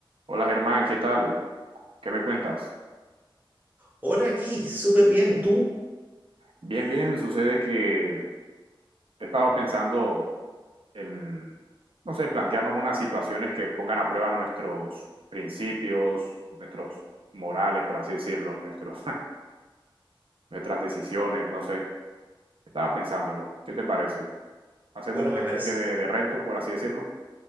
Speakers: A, on the right (about 80°); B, on the right (about 20°).
A: Hola Germán, ¿qué tal? ¿Qué me cuentas?
B: Hola aquí, súper bien. ¿Tú?
A: Bien, bien, sucede que he estado pensando en, no sé, plantearnos unas situaciones que pongan a prueba nuestros principios, nuestros morales, por así decirlo, nuestros, <laughs> nuestras decisiones, no sé. Estaba pensándolo. ¿Qué te parece? Hacemos
B: Bueno,
A: una
B: me
A: especie
B: parece,
A: de, de reto, por así decirlo.